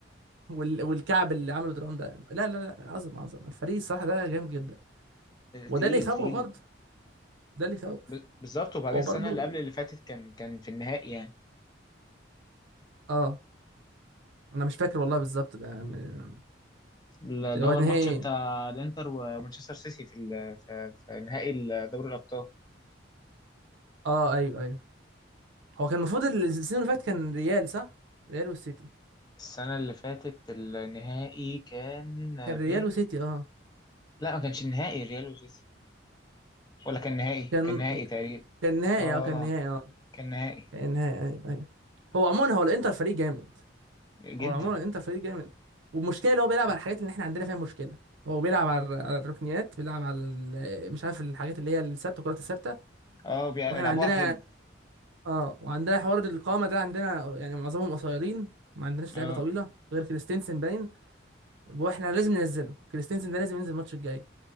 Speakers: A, on the right; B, on the left.
A: وال... والكعب اللي عمله ترام ده لا لا لا عظم عظم الفريق الصراحه ده جامد جدا وده
B: تقيل
A: اللي يخوف
B: تقيل
A: برضه ده اللي يخوف
B: ب- بالظبط وبعدين
A: هو
B: السنه
A: برضه
B: اللي قبل اللي فاتت كان كان في النهائي يعني
A: اه انا مش فاكر والله بالظبط بقى يعني
B: ال- اللي
A: اللي
B: هو
A: هو نهائي
B: الماتش بتاع الانتر ومانشستر سيتي في ال- في في نهائي دوري الابطال
A: اه ايوه ايوه هو كان المفروض السنة اللي فاتت كان ريال صح؟ ريال والسيتي
B: السنه اللي فاتت النهائي كان
A: كان ريال
B: بين
A: وسيتي اه
B: لا ما كانش النهائي ريال وسيتي ولا كان نهائي
A: كان
B: كان نهائي تقريبا
A: كان نهائي
B: اه
A: اه كان نهائي اه
B: كان نهائي
A: كان نهائي ايوه ايوه هو عموما هو الانتر فريق جامد
B: جدا
A: هو عموما الانتر فريق جامد والمشكله اللي هو بيلعب على الحاجات اللي احنا عندنا فيها مشكله هو بيلعب على على الركنيات بيلعب على ال- مش عارف الحاجات اللي هي الثابته الكرات الثابته
B: اه بيلعبوها
A: واحنا عندنا
B: حلو
A: اه وعندها حوار القامه ده عندنا يعني معظمهم قصيرين ما عندناش
B: اه
A: لعيبه طويله غير كريستنسن باين واحنا لازم ننزله كريستنسن ده لازم ينزل الماتش الجاي